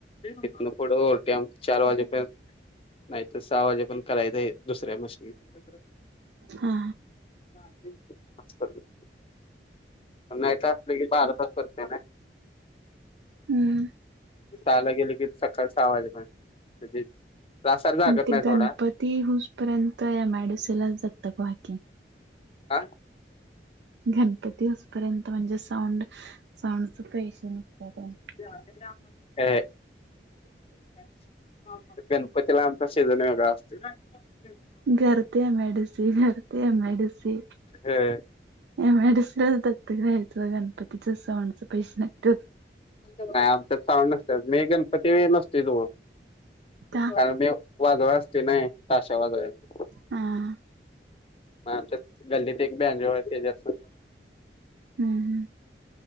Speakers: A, on the left; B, on the right.
A: इथनं पुढे ओव्हरटाईम चार वाजेपर्यंत. नाहीतर सहा वाजेपर्यंत करायचं दुसऱ्या मशीनने.
B: हा.
A: <inaudible> नाईट असले की बारा तास करतोय ना.
B: हम्म
A: सहाला गेलो की सकाळ सहा वाजेपर्यंत म्हणजे. त्रासाला जागत
B: ते
A: नाही थोडा
B: गणपती हुसपर्यंत या एमआयडिसीलाच दत्तक व्हा की.
A: आ?
B: गणपती होसपर्यंत म्हणजे साऊंड साऊंडच पैसे निघतात.
A: साउंड. अ गणपतीला आमचा सिजन वेगळा असतो. <inaudible>
B: घर ते एमआयडीसी घर ते एमआयडीसी.
A: ह.
B: मॅडस दत घयचं गणपतीच सवणच पैसे नत.
A: नाही आच्यात साऊंड नसत मी गणपती नसते जोडं
B: का
A: कारण मी. वाजवाय असतो नाय, ताशा वाजवायचा.
B: आ हा
A: म आमच्या गल्लीत एक बॅन तेच्या
B: हम्म